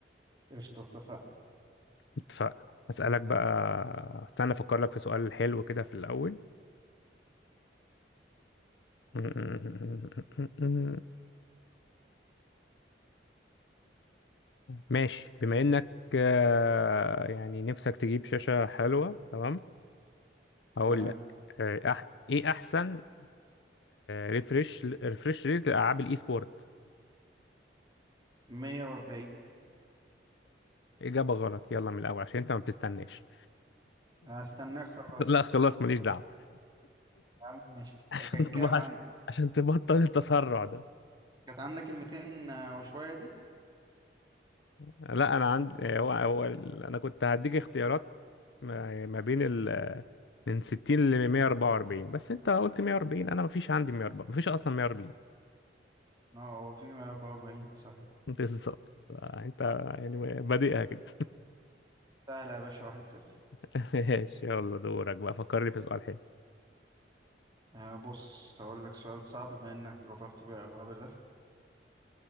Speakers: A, on the right; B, on the left.
A: قشطة اتفقنا
B: اتفقنا هسألك بقى استنى افكر لك في سؤال حلو كده في الأول <laughs> مم. ماشي بما انك آه، يعني نفسك تجيب شاشة حلوة تمام هقول
A: تمام
B: لك آه، أح ايه احسن ريفرش ريفرش ريت لالعاب الاي سبورت
A: مية وأربعين
B: اجابة غلط يلا من الاول عشان انت ما بتستناش
A: هستناك خلاص
B: <laughs> لا خلاص ماليش دعوة
A: يا عم ماشي
B: <laughs>
A: كانت كام عندك
B: عشان تبطل التسرع ده
A: كانت عندك الميتين وشوية دي
B: لا انا عندي آه، هو هو ال- انا كنت هديك اختيارات ما ما بين ال من 60 ل 144 بس انت قلت 140 انا ما فيش عندي 140 ما فيش اصلا 140
A: اه هو في مية وأربعين صحيح
B: <laughs> بالظبط انت يعني بادئها كده
A: سهلة يا باشا واحد صفر
B: <laughs> ماشي يلا دورك بقى فكرني في سؤال حلو
A: آه بص هقول لك سؤال صعب بما انك غدرت بقى الغدر ده